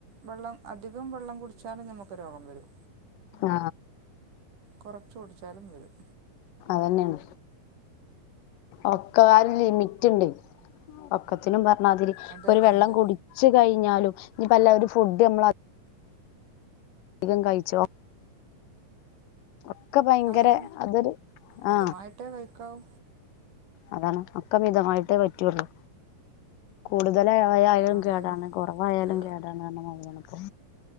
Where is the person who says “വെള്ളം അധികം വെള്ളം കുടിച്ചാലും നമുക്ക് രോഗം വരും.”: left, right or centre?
Right